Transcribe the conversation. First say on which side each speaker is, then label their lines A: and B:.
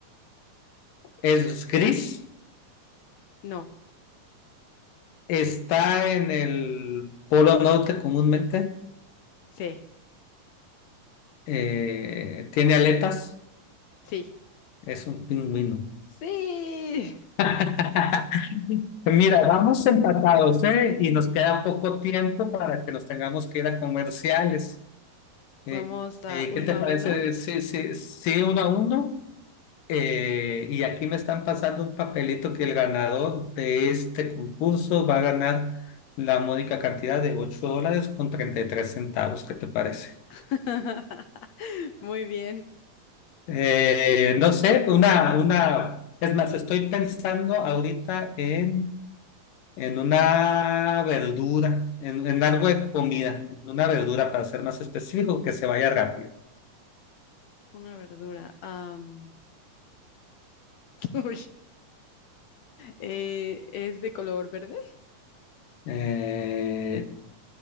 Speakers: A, on the left; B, on the left.
A: es gris.
B: No,
A: Está en el polo norte comúnmente.
B: sí,
A: Eh, tiene aletas.
B: sí,
A: Es un pingüino.
B: sí.
A: <laughs> Mira, vamos empatados, ¿eh? Y nos queda poco tiempo para que nos tengamos que ir a comerciales. Eh,
B: Vamos a
A: eh,
B: uno
A: ¿qué te parece?
B: a uno.
A: Sí, sí, sí, uno a uno. Eh, y aquí me están pasando un papelito que el ganador de este concurso va a ganar la módica cantidad de 8 dólares con 33 centavos. ¿Qué te parece?
B: <laughs> Muy bien.
A: Eh, no sé, una, una, es más, estoy pensando ahorita en, en una verdura, en, en algo de comida, en una verdura para ser más específico, que se vaya rápido.
B: Una verdura. am, <laughs> uy, eh, ¿es de color verde?
A: Eh,